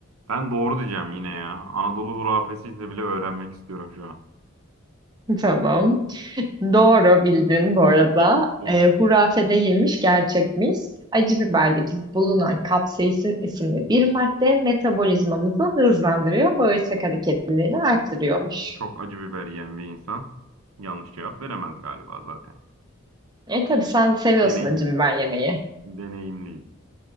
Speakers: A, on the right; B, on the right.
A: Ben doğru diyeceğim yine ya. Anadolu hurafesi ise bile öğrenmek istiyorum şu an.
B: Tamam. Doğru bildin bu
A: Ol,
B: arada.
A: ol.
B: Ee, hurafede yirmiş gerçekmiş. Acı biberdeki bulunan kapsaisin isimli bir madde metabolizmamızı hızlandırıyor, bağırsak hareketliliğini arttırıyormuş.
A: Çok acı biber yiyen bir insan yanlış cevap veremez galiba zaten.
B: E tabii sen seviyorsun
A: Deneyim,
B: acı biber yemeyi.
A: deneyimliyiz.